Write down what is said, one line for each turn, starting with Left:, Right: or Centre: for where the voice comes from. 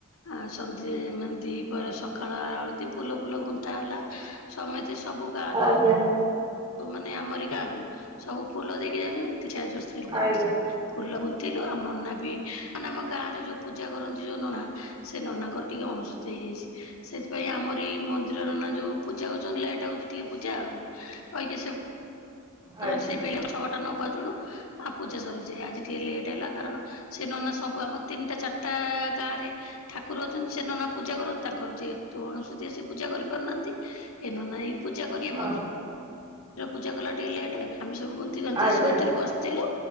Left: ଆ ସନ୍ଧ୍ୟ ମାନେ ଦିଇ ପହରେ ସକାଳ ଆଳତି ଫୁଲ ଫୁଲ ଗୁନ୍ଥା ହେଲା ସମେତେ ସବୁ ଗାଁରୁ
Right: ଆଜ୍ଞା।
Left: ମାନେ ଆମରି ଗାଁ ରୁ ସବୁ ଫୁଲ ଦେଇକି ଯାଉଛନ୍ତି ଦି ଚାରିଜଣ ସ୍ତ୍ରୀଲୋକ ଆମେ
Right: ଆଜ୍ଞା
Left: ବସିକି ଫୁଲ ଗୁନ୍ଥିଲୁ ଆମ ନନା ବି ମାନେ ଆମ ଗାଁ ରେ ଯୋଉ ପୂଜା କରନ୍ତି ଯୋଉ ନନା ସେ ନନାଙ୍କର ଟିକେ ଅଣଶୁଦ୍ଧିଆ ହେଇଯାଇଛି। ସେଥିପାଇଁ ଆମର ଏଇ ମନ୍ଦିରର ନନା ଯୋଉ ପୂଜା କରୁଛନ୍ତି ଲେଟ୍ ହଉଛି ଟିକେ ପୂଜା ଆଉ <unintelligible>
Right: ଆଜ୍ଞା ଆଜ୍ଞା
Left: ସେଇ
Right: ଆଜ୍ଞା
Left: ପାଇଁ ଛଅଟା ନ ବାଜୁଣୁ ଆ ପୂଜା ସରିଯାଏ ଆଜି ଟିକେ ଲେଟ୍ ହେଲା କାରଣ ସେ ନନା ସବୁ ଆମ ତିନିଟା ଚାରିଟା ଗାଁ ରେ ଠାକୁର ଅଛନ୍ତି ସେ ନନା ପୂଜା କରନ୍ତି ତାଙ୍କର ଯେହେତୁ ଅଣସୁଧୀଆ ସେ ପୂଜା କରିପାରୁନାହାନ୍ତି ଏଇ ନାନା ପୂଜା କରିବେ
Right: ହଁ
Left: ମନ୍ଦିର ପୂଜା କଲା ଟିକେ ଲେଟ ଆମେ ସବୁୁଗୁନ୍ଥି ଗୁନ୍ଥି ଗାନ୍ଥି
Right: ଆଜ୍ଞା
Left: ସେ ଭିତରେ ବସିଥିଲୁ